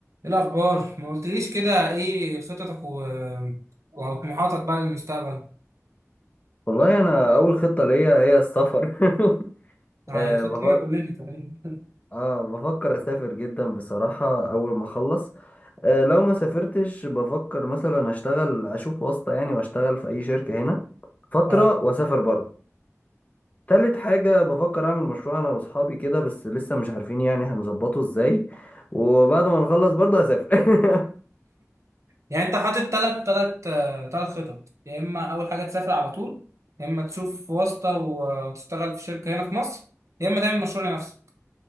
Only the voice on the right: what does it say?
ايه الاخبار ما قلتليش كده ايه خططك و... وطموحاتك بقى للمستقبل
يعني
خطتنا
كلنا تقريبا
<laughs>
اه
يعني انت حاطط ثلاث ثلاث ثلاث خطط يا اما اول حاجه تسافر على طول يا اما تشوف واسطه وتشتغل في شركه هنا في مصر يا اما تعمل مشروع لنفسك